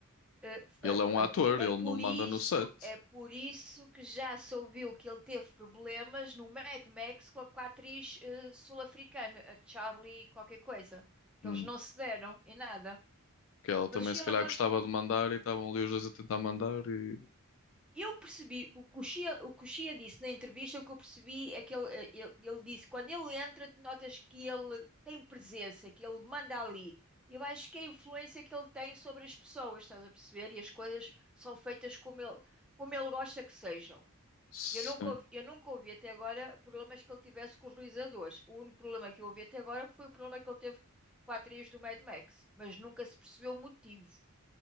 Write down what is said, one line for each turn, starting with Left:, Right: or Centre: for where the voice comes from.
Centre: Eh, f-
Left: Ele
Centre: eh,
Left: é um ator,
Centre: É por, i- é
Left: ele
Centre: por
Left: não manda
Centre: isso,
Left: no set.
Centre: é por isso que já se ouviu que ele teve problemas no Mad Max com a, com a atriz eh, sul-africana, a Charlie qualquer coisa, que
Left: Hum,
Centre: eles não se deram em nada.
Left: que ela
Centre: Mas
Left: também
Centre: o Shia
Left: se calhar
Centre: LaBeouf
Left: gostava de mandar e estavam ali os dois a tentar mandar e...
Centre: Eu percebi, o Coxia, o Coxia disse na entrevista, o que eu percebi é que ele, eh, ele, ele disse, quando ele entra, tu notas que ele tem presença, que ele manda ali. Eu acho que é a influência que ele tem sobre as pessoas, estás a perceber? E as coisas são feitas como ele, como ele gosta que sejam.
Left: Sim.
Centre: Eu nunca ouvi, eu nunca ouvi até agora problemas que ele tivesse com os realizadores. O único problema que eu ouvi até agora foi o problema que ele teve com a atriz do Mad Max, mas nunca se percebeu o motivo.